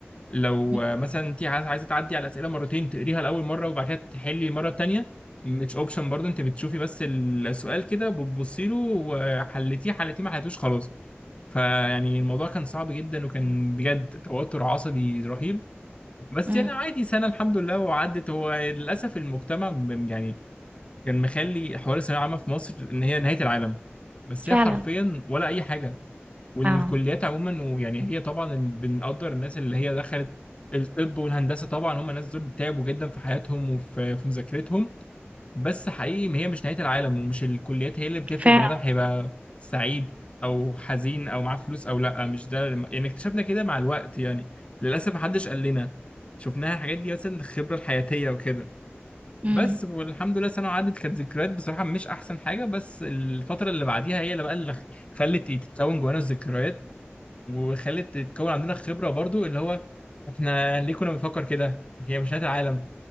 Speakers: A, on the left (about 30°); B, on the right (about 35°).
A: لو
B: م-
A: آه، مثلا انت عايزه عايزة تعدي على الاسئله مرتين تقريها لاول مره وبعد كده تحلي المره الثانيه مش اوبشن برضه انت بتشوفي بس السؤال كده بتبصي له وحلتيه حلتيه ما حلتوش خلاص فيعني الموضوع كان صعب جدا وكان بجد توتر عصبي رهيب بس
B: م-
A: يعني عادي سنه الحمد لله وعدت هو للاسف المجتمع م- يعني كان مخلي حوار الثانويه العامه في مصر ان هي نهايه العالم بس
B: فعلا
A: هي حرفيا ولا اي حاجه والكليات
B: فعلا
A: عموما ويعني هي طبعا ال- بنقدر الناس اللي هي دخلت الطب والهندسه طبعا هم الناس دول تعبوا جدا في حياتهم وفي في مذاكرتهم بس حقيقي ما هي مش نهايه العالم ومش الكليات هي اللي بتفرق
B: فعلا.
A: بني ادم هيبقى سعيد او حزين او معاه فلوس او لا مش ده الم- يعني اكتشفنا كده مع الوقت يعني للاسف محدش قال لنا شفناها الحاجات دي مثلا الخبره الحياتيه وكده
B: امم
A: بس والحمد لله سنة عدت كانت ذكريات بصراحة مش أحسن حاجة بس الفترة اللي بعديها هي اللي بقى اللي خلت تتكون جوانا الذكريات وخلت تتكون عندنا خبرة برضو اللي هو احنا ليه كنا بنفكر كده هي مش نهاية العالم